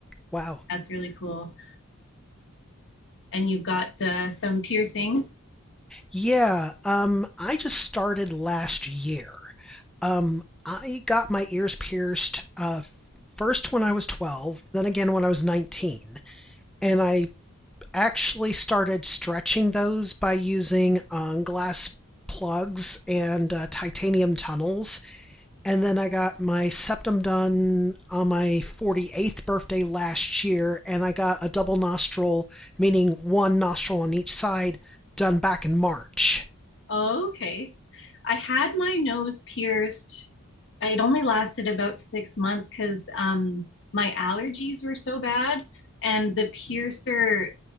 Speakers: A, in the centre; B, on the left (about 60°).
A: Wow.
B: That's really cool. And you've got uh, some piercings.
A: Yeah, um, I just started last year. Um, I got my ears pierced uh, first when I was 12, then again when I was 19. And I actually started stretching those by using um, glass plugs and uh, titanium tunnels. And then I got my septum done on my 48th birthday last year, and I got a double nostril, meaning one nostril on each side, done back in March.
B: Oh, Okay. I had my nose pierced. It only lasted about six months because um, my allergies were so bad. And the piercer,